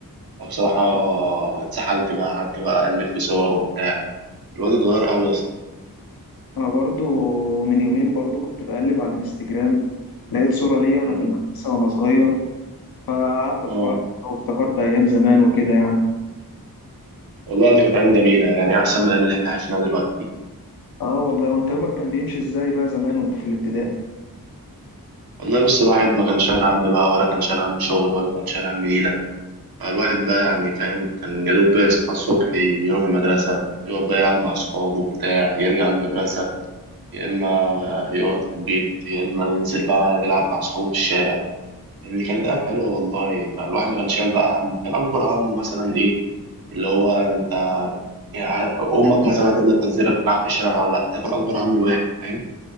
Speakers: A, on the right (about 75°); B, on the left (about 75°).
A: فبصراحه اتسحلت بقى قعدت بقى الف في صور وبتاع الواد اتغير قوي يا اسطى
B: انا برضو من يومين برضو كنت بقلب على الانستجرام لقيت صورة ليا وانا
A: مم.
B: في المدرسة وانا صغير فقعدت اتفرج
A: اه
B: وافتكرت ايام زمان وكده يعني
A: والله دي كانت ايام جميله يعني احسن من الايام اللي احنا عايشينها دلوقتي
B: اه والله وانت يومك كان بيمشي ازاي بقى زمان وانت في الابتدائي؟
A: والله بس الواحد ما كان شايل هم بقى ولا كان شايل هم شغل ولا كان شايل هم نيله الواحد بقى يعني فاهم كان يا دوب بيصحى الصبح يروح المدرسة يقعد بقى يلعب مع أصحابه بتاع يرجع من المدرسة يا إما يقعد في البيت يا إما ينزل بقى يلعب مع أصحابه في الشارع يعني كانت أيام حلوة والله فالواحد ما كانش شايل بقى هم كان أكبر همه مثلا إيه اللي هو أنت يعني أمك مثلا هتبدأ تنزلك تلعب في الشارع ولا لأ ده كان أكبر هم الواحد فاهم